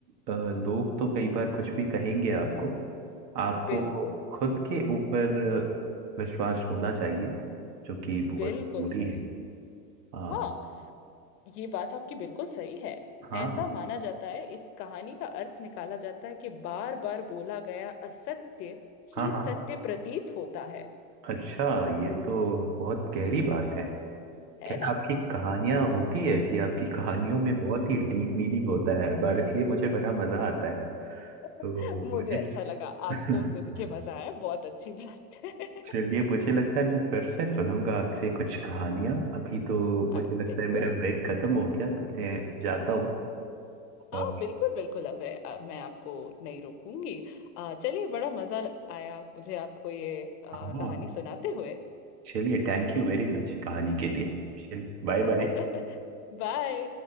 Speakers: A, on the right (about 75°); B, on the left (about 70°).
A: अ, लोग तो कई बार कुछ भी कहेंगे आपको आपको
B: बिल्कुल बिल्कुल
A: खुद के ऊपर अ, विश्वास होना चाहिए जो कि बहुत
B: बिल्कुल
A: ज़रूरी
B: सही
A: है हाँ
B: हाँ ये बात आपकी बिल्कुल सही है
A: हाँ
B: ऐसा माना जाता है इस कहानी का अर्थ निकाला जाता है कि बार बार बोला गया असत्य ही
A: हाँ हाँ
B: सत्य प्रतीत होता है
A: अच्छा ये तो बहुत गहरी बात है
B: है
A: खैर
B: ना
A: आपकी कहानियाँ होती है ऐसी आपकी कहानियों में बहुत ही डीप मीनिंग होता है हर बार इसलिए मुझे बड़ा मज़ा आता है तो
B: <laughs> मुझे
A: मुझे
B: अच्छा लगा
A: <laughs>
B: आपको सुन के मजा आया बहुत अच्छी बात है
A: चलिए मुझे लगता है मैं फिर से सुनूंगा आपसे कुछ कहानियां अभी तो
B: <laughs>
A: मुझे
B: आ,
A: लगता
B: बिल्कुल
A: है मेरा ब्रेक खत्म हो गया तो मैं जाता हूँ और
B: हाँ बिल्कुल बिल्कुल अब है अब मैं आपको नहीं रोकूंगी आ, चलिए बड़ा मजा आया मुझे आपको ये आ,
A: हाँ
B: कहानी सुनाते हुए
A: चलिए थैंक यू वेरी मच कहानी के लिए चलिए बाय
B: <laughs>
A: बाय
B: बाय